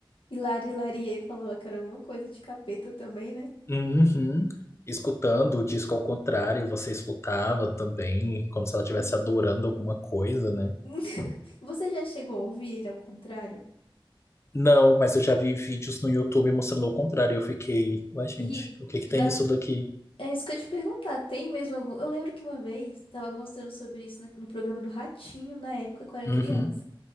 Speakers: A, on the left (about 80°); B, on the left (about 30°).
A: Hilari Larié falava que era alguma coisa de capeta também, né?
B: Uhum. Escutando o disco ao contrário, você escutava também, como se ela estivesse
A: Uhum.
B: adorando alguma coisa, né?
A: <laughs> Você já chegou a ouvir ele ao contrário?
B: Não, mas eu já vi vídeos no YouTube mostrando o contrário. e Eu fiquei, ué, gente,
A: E,
B: o que
A: tipo,
B: que tem
A: dá...
B: nisso daqui?
A: é isso que eu ia te perguntar. Tem mesmo algum. Eu lembro que uma vez tava mostrando sobre isso na- no programa do Ratinho, na época que eu era
B: Uhum.
A: criança.